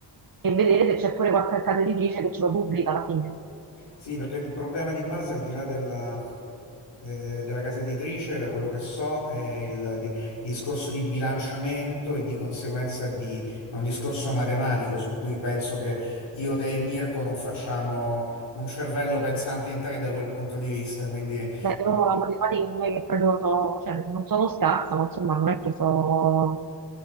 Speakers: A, on the right (about 50°); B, on the left (about 85°).
A: e vedere se c'è pure qualche casa editrice che ce lo pubblica alla fine.
B: Sì, perché il problema di base al di là della eh, della casa editrice, da quello che so, è il di- discorso di bilanciamento e di conseguenza di, è un discorso matematico su cui penso che io, te e Mirko non facciamo un cervello pensante in tre da quel punto di vista, quindi
A: Beh, io la matematica non è che proprio so, cioè, non sono scarsa, ma insomma non è che so...